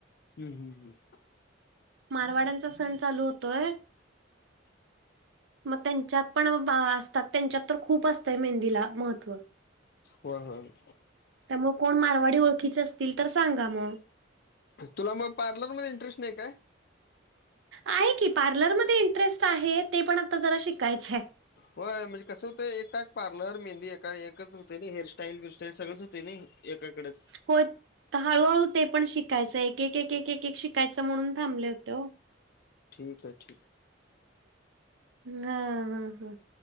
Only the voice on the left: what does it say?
हम्म हम्म हम्म
होय होय.
तुला मग पार्लर मध्ये इंटरेस्ट नाय काय.
होय म्हणजे कसं होतय एकाच पार्लर मेंदी एकच होते नाही हेअरस्टाईल बिरस्टाईल सगळेच होते नई. एकाकडच
ठीक आहे ठीक